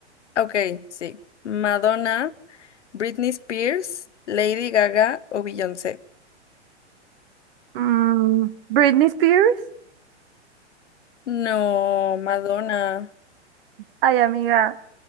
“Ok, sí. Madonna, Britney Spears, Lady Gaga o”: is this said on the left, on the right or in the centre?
Left